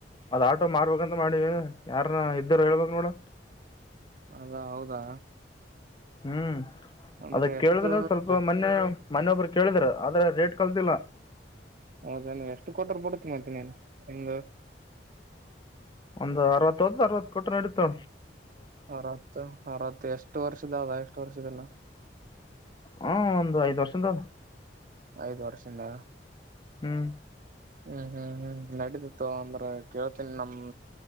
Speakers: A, on the left; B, on the right.
A: ಅದ ಆಟೋ ಮಾರ್ಬೇಕಂತ ಮಾಡೀ ಯಾರನ್ನ ಇದ್ದರು ಹೇಳ್ಬೇಕು ನೋಡು
B: ಅದಾ ಹೌದಾ
A: ಹ್ಮ್
B: ಅಂದ್ರೆ
A: ಅದ ಕೇಳಿದ್ರೆ
B: ಎಷ್ಟು
A: ಸ್ವಲ್ಪ ಮೊನ್ನೆ ಮನೊಬ್ಬರು ಕೇಳಿದ್ರ ಆದ್ರ ರೇಟ್ ಕಲ್ತಿಲ್ಲ
B: ಹೌದ ನೀ ಎಷ್ಟು ಕೊಟರು ಬಿಡ್ತಿೀ ಮತ್ತ ನೀನು ನಿಮ್ದ
A: ಒಂದು್ ಅರವತ್ತತ್ತ್ತು ಅವತ್ತು ಕೊಟ್ಟು ನಡೆ ತೊ
B: ಅರತ್ತು- ಅರತ್ತು ಎಷ್ಟು ವರ್ಷದ ಅದ ಎಷ್ಟು ವರ್ಷದಲ್ಲ
A: ಹಾ ಒಂದು ಐದ್ ವರ್ಷದ
B: ಐದು್ ವರ್ಷ ಇನ್ನ
A: ಹ್ಮ್
B: ಹ್ಮ್ ಹ್ಮ್ ಹ್ಮ್ ನಡದಿತ್ತು ಅಂದ್ರ ಕೇಳ್ತನ್ಿ ನಮ